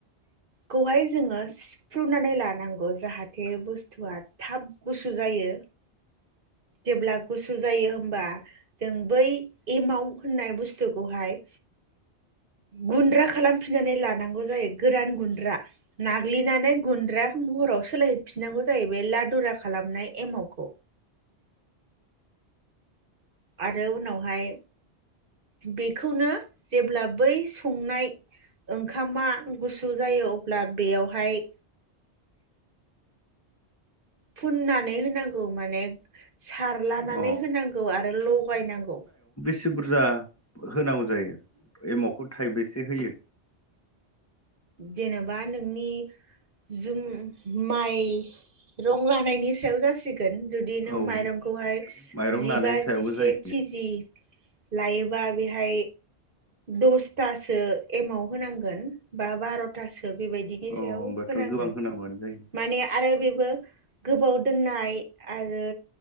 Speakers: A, on the right (about 55°); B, on the left (about 15°).
A: खौहाय जोङो सिफ्रुनानै लानांगौ जाहाथे बुस्थुआ थाब गुसु जायो जेब्ला गुसु जायो होमबा जों बै एमाव होननाय बुस्थुखौहाय गुन्द्रा खालामफिननानै लानांगौ जायो गोरान गुन्द्रा नाग्लिनानै गुन्द्रा महराव सोलायहैफिनांगौ जायो लादुरा खालामनाय एमावखौ आरो उनावहाय बेखौनो जेब्ला बै संनाय ओंखामा गुसु जायो अब्ला बेयावहाय फुननानै होनांगौ माने सारलानानै
B: अ
A: होनांगौ आरो लगायनांगौ।
B: से बुरजा होनांगौ जायो एमावखौ थाइबेसे होयो।
A: जेनेबा नोंनि जुम माइ रं लानायनि सायाव जासि गोन जुदि नों
B: औ
A: माइरंखौहाय
B: माइरं
A: जिबा
B: लानायनि सायावबो
A: जिसे
B: जायो
A: खेजि लायोबा बेहाय दसथासो एमाव होनांगोन। बा बार'थासो बेबायदिनि
B: अ
A: सायाव
B: होमबाथ'
A: होनांगोन
B: गोबां होनांगौआनो जायो
A: माने आरो बेबो गोबाव दोननाय आरो